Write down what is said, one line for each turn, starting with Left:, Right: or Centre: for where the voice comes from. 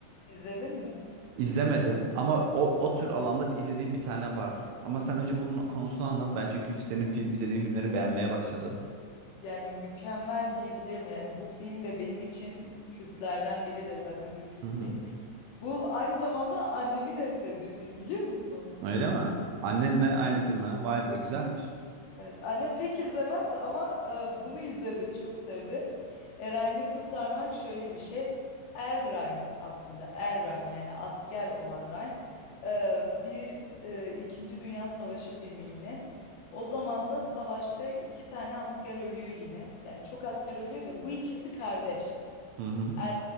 Left: İzledin mi?
Right: İzlemedim ama o o tür alanda bir- izlediğim bir tane var. Ama sen önce bunun konusunu anlat. Ben çünkü senin film izlediğin filmleri beğenmeye başladım.
Left: Yani mükemmel diyebilirim. Yani bu film de benim için kültlerden biridir zaten bir kült
Right: Hı hı.
Left: film. Bu aynı zamanda annemin en sevdiği film biliyor musun?
Right: Öyle mi? Annenle aynı film ha. Vay be güzelmiş.
Left: Evet, annem pek izlemez ama e, bunu izledi, çok sevdi. Erayn'ı kurtarmak şöyle bir şey. Er Ryan aslında, Er Ryan yani asker olan Ryan. E, bir e, İkinci Dünya Savaşı filmi yine. O zaman da savaşta iki tane asker ölüyor yine. Yani çok asker ölüyor da bu ikisi kardeş.
Right: Hı hı.
Left: Er,